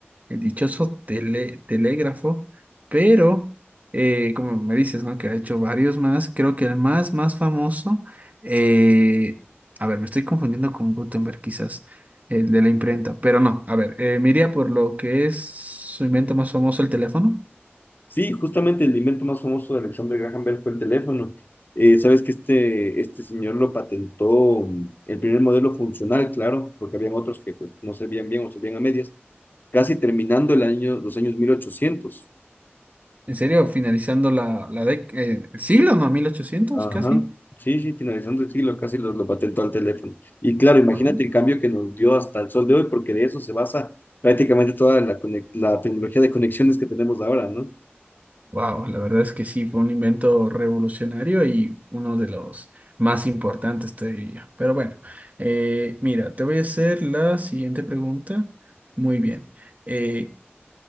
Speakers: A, on the right; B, on the left.
A: el dichoso tele- telégrafo, pero eh, como me dices, ¿no? Que ha hecho varios más. Creo que el más, más famoso, eh, a ver, me estoy confundiendo con Gutenberg quizás, el de la imprenta, pero no, a ver, eh, me iría por lo que es su invento más famoso, el teléfono.
B: Sí, justamente el invento más famoso de Alexander Graham Bell fue el teléfono. Eh, sabes que este, este señor lo patentó, mm, el primer modelo funcional, claro, porque habían otros que pues, no servían bien o servían a medias, casi terminando el año, los años 1800.
A: ¿En serio? Finalizando la, la dec- eh, el siglo, ¿no? mil ochocientos
B: Ajá,
A: casi.
B: sí, sí, finalizando el siglo, casi lo, lo patentó al teléfono. Y claro, imagínate
A: Ah.
B: el cambio que nos dio hasta el sol de hoy, porque de eso se basa prácticamente toda la, conex- la tecnología de conexiones que tenemos ahora, ¿no?
A: Wow, la verdad es que sí, fue un invento revolucionario y uno de los más importantes, te diría. Pero bueno, eh, mira, te voy a hacer la siguiente pregunta. Muy bien. Eh,